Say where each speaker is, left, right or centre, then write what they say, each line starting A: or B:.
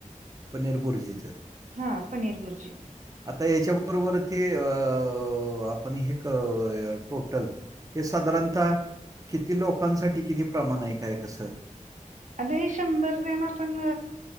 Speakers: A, on the right; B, on the right.
A: पनीर बुर्जीचं.
B: हा, पनीर बुर्जी.
A: आता हेच्याबरोबर ते अ, आपण हे, क टोटल. हे साधारणता किती लोकांसाठी किती प्रमाण आहे, काय कसं?
B: आता हे शंभर ग्रॅम आपण